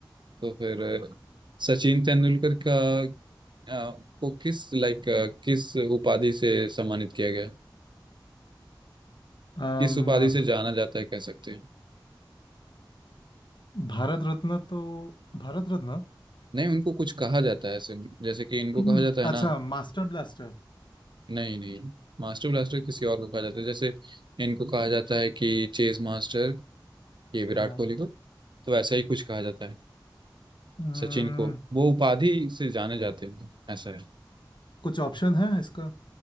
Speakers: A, on the right; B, on the left.
A: तो फिर अ, सचिन तेंदुलकर का अ, को किस लाइक किस उपाधि से सम्मानित किया गया
B: अम
A: किस उपाधि से जाना जाता है कह सकते हैं
B: भारत रत्न तो भारत रत्न
A: नहीं उनको कुछ कहा जाता है ऐसे जैसे कि इनको
B: <clears throat>
A: कहा जाता है ना
B: अच्छा मास्टर ब्लास्टर
A: नहीं नहीं मास्टर ब्लास्टर किसी और को कहा जाता है जैसे इनको कहा जाता है कि चेस मास्टर ये विराट
B: हाँ
A: कोहली को तो वैसा ही कुछ कहा जाता है
B: हम्म,
A: सचिन को वो उपाधि से जाने जाते हैं ऐसा है
B: कुछ ऑप्शन है इसका